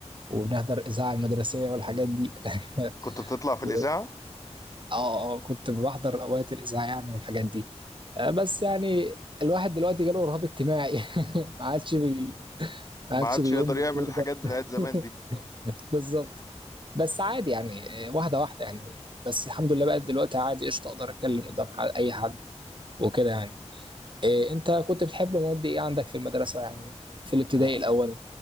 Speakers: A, on the right; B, on the left.
A: وبنحضر الإذاعة المدرسية والحاجات دي
B: كنت بتطلع
A: <laughs>
B: في
A: و-
B: الإذاعة
A: اه اه كنت بحضر أوقات الإذاعة يعني والحاجات دي آه بس يعني الواحد دلوقتي جاله رهاب اجتماعي <laughs> ما عادش بي ما
B: ما
A: عادش
B: عادش
A: بيقوم
B: يقدر
A: بالدور
B: يعمل الحاجات
A: ده
B: بتاعت زمان
A: <laughs>
B: دي
A: بالظبط بس عادي يعني آه، واحدة واحدة يعني بس الحمد لله بقى دلوقتي عادي قشطة أقدر أتكلم قدام حد- أي حد وكده يعني إيه انت كنت بتحب مواد ايه عندك في المدرسة يعني في
B: أنا
A: الابتدائي الاول